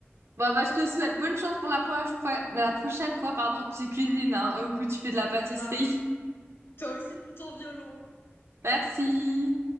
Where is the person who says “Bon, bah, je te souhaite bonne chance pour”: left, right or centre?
Right